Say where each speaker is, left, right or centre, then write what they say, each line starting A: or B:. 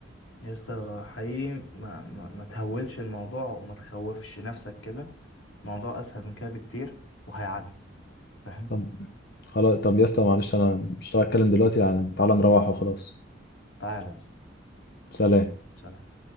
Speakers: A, on the left (about 75°); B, on the left (about 55°).
A: يا اسطى حقيقي ما, ما, ما تهولش الموضوع وما تخوفش نفسك كده الموضوع اسهل من كده بكتير وهيعدي فاهم
B: طب خلاص طب يا اسطى معلش انا مش هتكلم دلوقتي يعني تعالى نروح وخلاص
A: تعالى يا اسطى.
B: سلام
A: سلام